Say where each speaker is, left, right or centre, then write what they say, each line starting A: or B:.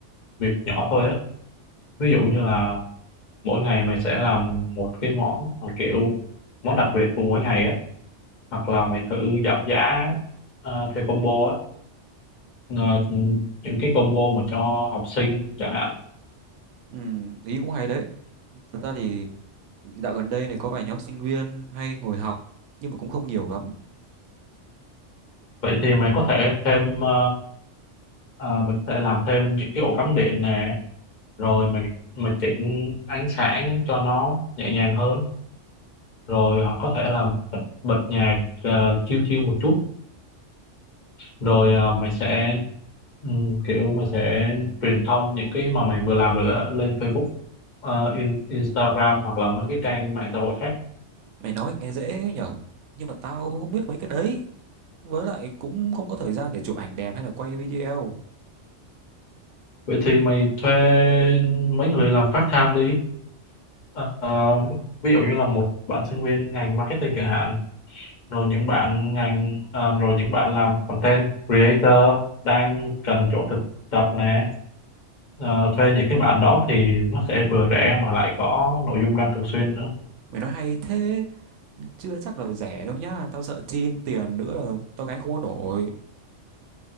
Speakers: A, on the left; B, on the right.
A: việc nhỏ thôi á ví dụ như là mỗi ngày mày sẽ làm một cái món mà kiểu món đặc biệt của mỗi ngày á hoặc là mày thử giảm giá ờ, theo combo á Ờ, những cái combo mà cho học sinh chẳng hạn
B: Ừ, ý cũng hay đấy. Thật ra thì dạo gần đây này có vài nhóm sinh viên hay ngồi học nhưng mà cũng không nhiều lắm.
A: vậy thì mày có thể thêm ờ, Ờ, mình có thể làm thêm những cái ổ cắm điện nè rồi mình mình chỉnh ánh sáng cho nó nhẹ nhàng hơn rồi hoặc có thể là bật, bật nhạc uh, chill chill một chút rồi ờ, mày sẽ ừm, kiểu mày sẽ truyền thông những cái mà mày vừa làm được á lên Facebook ờ, in, Instagram hoặc là mấy cái trang mạng xã hội khác
B: Mày nói thì nghe dễ nhở Nhưng mà tao cũng không biết mấy cái đấy. Với lại cũng không có thời gian để chụp ảnh đẹp hay là quay video.
A: vậy thì mày thuê mấy người làm part time đi Ờ, ví dụ như là một bạn sinh viên ngành marketing chẳng hạn rồi những bạn ngành à, rồi những bạn làm content creator đang cần chỗ thực tập nè Ờ, thuê những cái bạn đó thì nó sẽ vừa rẻ mà lại có nội dung đăng thường xuyên nữa
B: Mày nói hay thế. chưa chắc là rẻ đâu nhá tao sợ chim tiền nữa là tao gánh không có nổi